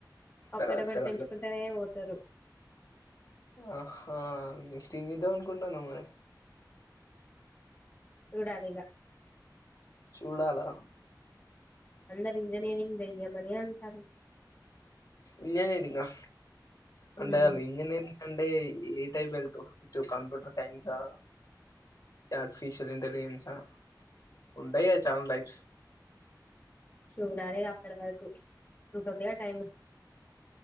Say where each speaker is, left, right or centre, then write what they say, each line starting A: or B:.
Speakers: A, on the left (about 25°); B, on the left (about 55°).
A: ఒక్కడొక్కటి
B: తర్వాత తర్వాత
A: పెంచుకుంటానే తరు
B: ఆహ నెక్స్ట్ ఏం చేద్దాం అనుకుంటున్నావు మరి
A: చూడాలిగా
B: చూడాలా.
A: అందరు ఇంజనిరింగ్ జయేమని అంటారు.
B: ఇంజనీరింగా అంటే
A: ఉమ్,
B: ఆల్ ఇంజనీరింగ్ ఆన్. అంటే ఏ టైప్ వెళ్తవ్ ఇటు కంప్యూటర్ సైన్సు, ఆర్టిఫిషియల్ ఇంటెలిజెన్సా ఉంటయ్ గదా చానా టైప్స్.
A: చూడాలి అప్పడి వరకు. ఇంకుంది గా టైమ్.